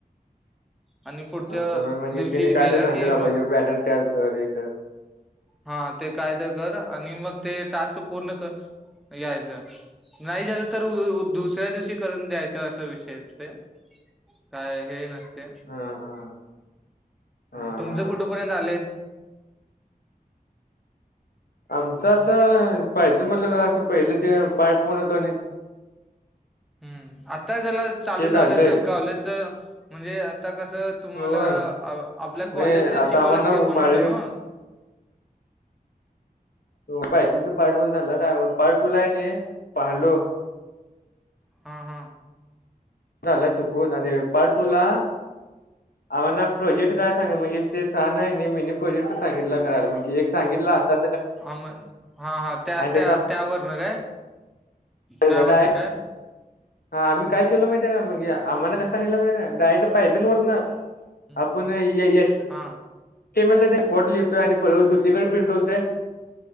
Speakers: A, in the centre; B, on the left.
A: आणि पुढच्या
B: असं होय म्हणजे
A: दिवशी
B: तिने काय
A: गेला
B: तर सांगत्यात
A: की
B: आबा
A: मग
B: हे बॅनर तयार कर तर.
A: हा ते काय तर कर आणि मग ते टास्क पूर्ण कर यायचं नाही झालं तर दुसऱ्या दिवशी करून द्यायचं असं विषय असतं काय हे नसते
B: हा हा हा
A: तुमचं
B: हा
A: कुठंपर्यंत आले?
B: आमच असं पाहिजे म्हटलं तर असं पहिलं ते पार्ट बनवतो आणि
A: हम्म आता जला चालू
B: ते झालंय
A: झालं असेल कॉलेज तर म्हणजे आता कसं तुम्हाला
B: होय
A: आपल्या
B: नाही
A: कॉलेज जे
B: आता
A: शिकवलं
B: आम्हाला
A: ते पण
B: भारी
A: होत नव्हं?
B: हो पाहिजे त तर पार्ट वन झालं कायण पार्ट टू ला आहे नाही
A: हा
B: पाहिलो.
A: हा हा.
B: ला शिकवून आणि पार्ट दोन ला आम्हा ना प्रोजेक्ट काय सांग म्हणजे ते सहा नाही मिनी प्रोजेक्ट सांगितला करायला म्हणजे एक सांगितला असतं
A: आम हा हा त्या त्या
B: तसं
A: त्यावर न काय?
B: पहिल्यांदा
A: त्यावरनं काय
B: हा आम्ही काय केलं माहितीय का मग आम्हाला कसं सागितलं केलं माहितय डायेक्ट पायथान
A: हा
B: वरंन
A: हम्म.
B: आपण एचटि
A: हा
B: यमेलचा कोड लिहतोय आणि दुसरीकडे प्रिंट होतोय